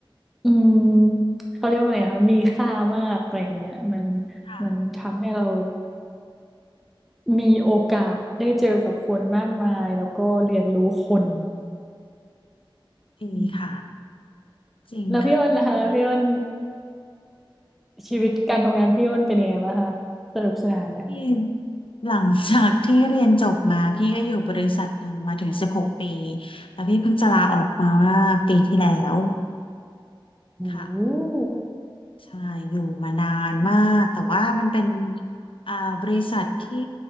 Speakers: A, in the centre; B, on the left.
A: อืมเขาเรียกว่าไงคะมีค่ามากอะไรอย่างเงี้ยมัน
B: ค่ะ
A: มันทำให้เรามีโอกาสได้เจอกับคนมากมายแล้วก็เรียนรู้คน
B: ดีค่ะ
A: อืม
B: จริงค่ะ
A: แล้วพี่อ้นล่ะคะพี่อ้นชีวิตการทำงานพี่อ้นเป็นยังไงบ้างคะสนุกสนานไหมคะ
B: พี่หลังจากที่เรียนจบมาพี่ก็อยู่บริษัทหนึ่งมาถึงสิบหกปีแล้วพี่เพิ่งจะลาออกมาเมื่อปีที่แล้ว
A: โอื
B: ค่ะ ใช่อยู่มานานมากแต่ว่ามันเป็นอ่าบริษัทที่